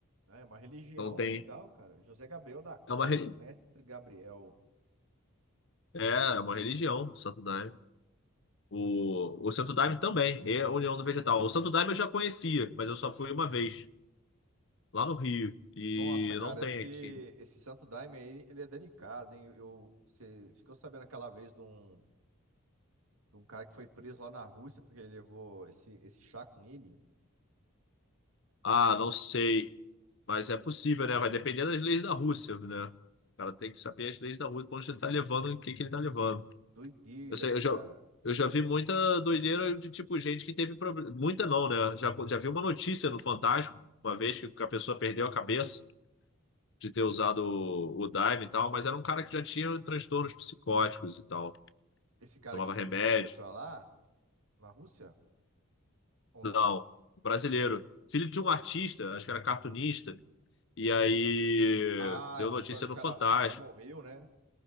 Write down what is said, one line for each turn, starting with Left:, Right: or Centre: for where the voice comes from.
Right: É uma religião
Left: Então tem.
Right: legal, cara. José Gabriel da Costa,
Left: É uma, reli-
Right: mestre Gabriel.
Left: é, é uma religião, o Santo Daime. O, o Santo Daime também é a União do Vegetal. O Santo Daime eu já conhecia, mas eu só fui uma vez. lá no Rio e
Right: Nossa, cara,
Left: não tem
Right: esse,
Left: aqui.
Right: esse Santo Daime aí, ele é delicado, hein? Eu, você ficou sabendo aquela vez de um, de um cara que foi preso lá na Rússia porque ele levou esse, esse chá com ele?
Left: Ah, não sei, mas é possível, né? Vai depender das leis da Rússia, né? O cara tem que saber as leis da Rússia, pra onde ele tá levando o que que ele tá levando.
Right: Doideira,
Left: Eu sei,
Right: cara.
Left: eu já, eu já vi muita doideira de tipo gente que teve problema. Muita não, né? Já, já vi uma notícia no Fantástico, uma vez que a pessoa perdeu a cabeça de ter usado o, o Daime e tal, mas era um cara que já tinha transtornos psicóticos e tal.
Right: esse cara
Left: Tomava
Right: que foi,
Left: remédio.
Right: que foi pra lá, na Rússia, ou
Left: Não,
Right: não?
Left: brasileiro. Filho de um artista, acho que era cartunista. E aí
Right: Ah,
Left: deu
Right: essa
Left: notícia
Right: história, o
Left: no
Right: cara,
Left: Fantástico.
Right: o cara morreu, né?